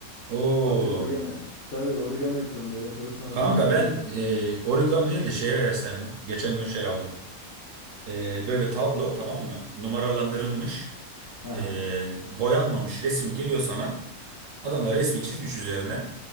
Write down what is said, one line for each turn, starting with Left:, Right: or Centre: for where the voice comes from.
Right: Oo.
Left: Artık origami tabii origami yapıyorum böyle kağıt sanatıyla
Right: Kanka
Left: falan
Right: ben
Left: ilgileniyorum
Right: e,
Left: kanka.
Right: origami değil de şeye heveslendim. Geçen gün şey aldım. E, böyle tablo tamam mı? Numaralandırılmış.
Left: Aha
Right: e, boyanmamış resim geliyor sana. Adamlar resmi çizmiş üzerine